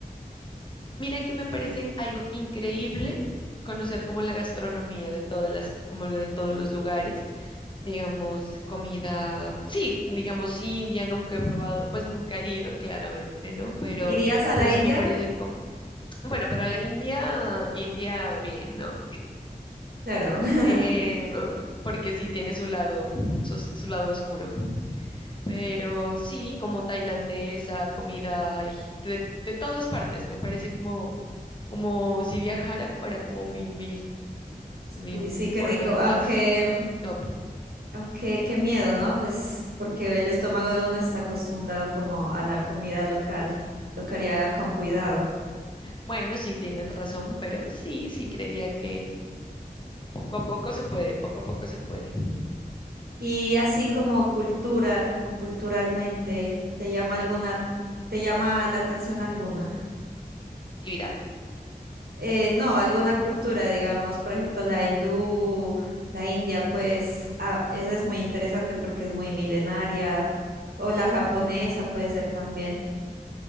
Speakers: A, on the left (about 30°); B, on the right (about 80°).
A: Mira que me parece algo increíble conocer como la gastronomía de todas las, como lo de todos los lugares, digamos, comida, sí, digamos sí, India, nunca he probado, pues nunca he ido, claramente, ¿no? Pero,
B: ¿Irías a la
A: pero
B: India?
A: sí me parece como, bueno, pero a la India, India bien, ¿no?
B: Claro. <laughs>
A: Eh, um, porque sí tiene su lado, su su lado oscuro. Pero sí, como tailandesa, comida egip- de, de todas partes. Me parece como, como si viajara, fuera como mi, mi, mi
B: Uy, sí, qué
A: forma
B: rico.
A: más
B: Aunque mm,
A: top.
B: Aunque qué miedo, ¿no? Pues porque el estómago de uno está acostumbrado como a la comida local. Tocaría con cuidado.
A: Bueno, sí, tienes razón, pero sí, sí, creería que poco a poco se puede, poco a poco se puede.
B: Y así como cultura, como culturalmente, ¿te llama alguna, te llama la atención alguna?
A: ¿Actividad?
B: Eh, no, alguna cultura, digamos, por ejemplo, la hindú, la india, pues ah, esa es muy interesante porque es muy milenaria. O la japonesa puede ser también.